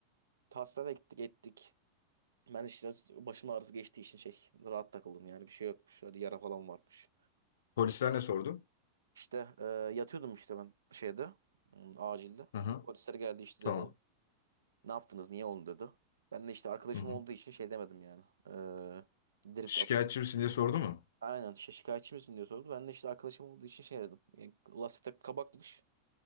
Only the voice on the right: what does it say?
Hastaneye gittik ettik. Ben işte başım ağrısı geçtiği için şey rahat takıldım yani bir şey yokmuş. Hadi yara falan varmış.
İşte e, yatıyordum işte ben şeyde hmm, acilde.
Polisler geldi işte
dedi Ne yaptınız? Niye oldu dedi. Ben de işte arkadaşım
olduğu için şey demedim yani. Ee, drift
at.
Aynen işte şikayetçi misin diye sordu. Ben de işte arkadaşım olduğu için şey dedim. Yani, lastik kabakmış.